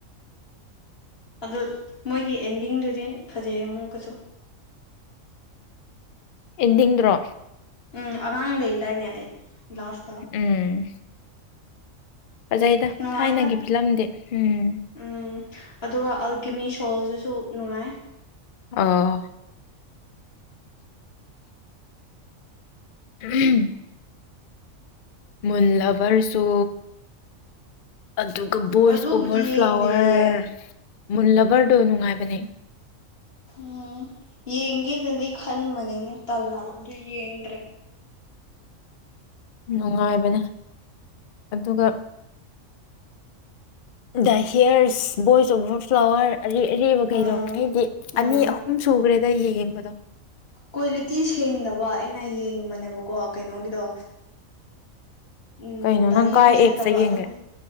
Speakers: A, on the left; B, on the left.
A: ꯑꯗꯨ ꯃꯣꯏꯒꯤ ꯑꯦꯟꯗꯤꯡꯗꯨꯗꯤ ꯐꯖꯩꯌꯦ ꯑꯃꯨꯛꯀꯁꯨ
B: ꯑꯦꯟꯗ꯭ꯔꯣ
A: ꯎꯝ ꯑꯉꯥꯡ ꯂꯩꯗꯥꯏꯅꯦ ꯑꯩ ꯂꯥꯁꯇ
B: ꯎꯝ ꯐꯖꯩꯗ
A: ꯅꯨꯡꯉꯥꯏꯗ
B: ꯊꯥꯏꯅꯒꯤ ꯐꯤꯂꯝꯗꯤ ꯎꯝ
A: ꯎꯝ ꯑꯗꯨꯒ ꯑꯜꯀꯤꯃꯤ ꯁꯣꯜꯗꯨꯁꯨ ꯅꯨꯡꯉꯥꯏ
B: ꯑꯥ ꯎꯝ ꯃꯜꯂꯕꯔꯁꯨ ꯑꯗꯨꯒ ꯕꯣꯏꯁ
A: ꯑꯗꯨꯕꯨꯗꯤ
B: ꯑꯣꯚꯔ ꯐ꯭ꯂꯥꯋꯔ
A: ꯌꯦꯡꯗ꯭ꯔꯤꯌꯦ
B: ꯃꯨꯜꯂꯕꯔꯗꯣ ꯅꯨꯡꯉꯥꯏꯕꯅꯤ
A: ꯎꯝ ꯌꯦꯡꯒꯗꯗꯤ ꯈꯟꯕꯅꯦ ꯃꯨ ꯇꯜꯂ ꯑꯗꯨ ꯌꯦꯡꯗ꯭ꯔꯦ
B: ꯅꯨꯡꯉꯥꯏꯕꯅꯦ ꯑꯗꯨꯒ ꯗ ꯍꯦꯌꯔꯁ ꯣꯏꯁ ꯑꯣꯐ ꯐ꯭ꯂꯥꯋꯔ ꯑ ꯑꯔꯦꯕ ꯀꯩꯗꯣ
A: ꯎꯝ
B: ꯑꯩꯗꯤ
A: ꯎꯝ
B: ꯑꯅꯤ ꯑꯍꯨꯝ ꯁꯨꯈ꯭ꯔꯦꯗ ꯌꯦꯡꯕꯗꯣ
A: ꯀ꯭ꯋꯥꯂꯤꯇꯤ ꯁꯦꯡꯅꯕ ꯑꯩꯅ ꯌꯦꯡꯕꯅꯦꯕꯀꯣ ꯀꯩꯅꯣꯒꯤꯗꯣ ꯎꯝ
B: ꯀꯩꯅꯣ
A: ꯗꯥꯏ
B: ꯅꯪ
A: ꯍꯌꯔꯁꯅꯦꯠꯇꯕ
B: ꯀꯥꯏ ꯑꯦꯞꯁꯇ
A: ꯑꯇꯣꯞꯄ
B: ꯌꯦꯡꯒꯦ